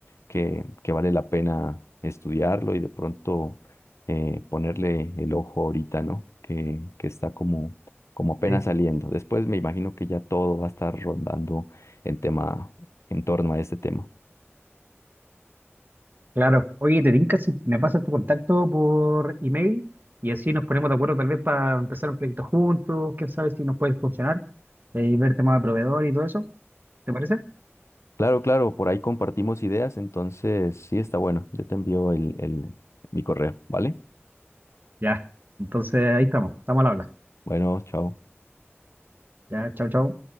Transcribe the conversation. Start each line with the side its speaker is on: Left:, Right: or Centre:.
Left: que, que vale la pena estudiarlo y de pronto eh, ponerle el ojo ahorita, ¿no? Que, que está como, como apenas
Right: Sí.
Left: saliendo. Después me imagino que ya todo va a estar rondando en tema, en torno a este tema.
Right: Claro. Oye, te tinca si me pasas tu contacto por email y así nos ponemos de acuerdo tal vez para empezar un proyecto juntos, quién sabe si nos puede funcionar, eh, y ver temas de proveedor y todo eso, ¿te parece?
Left: Claro, claro, por ahí compartimos ideas, entonces sí está bueno. Yo te envío el, el, mi correo, ¿vale?
Right: Ya. Entonces ahí estamos, estamos al habla.
Left: Bueno, chao.
Right: Ya, chao, chao.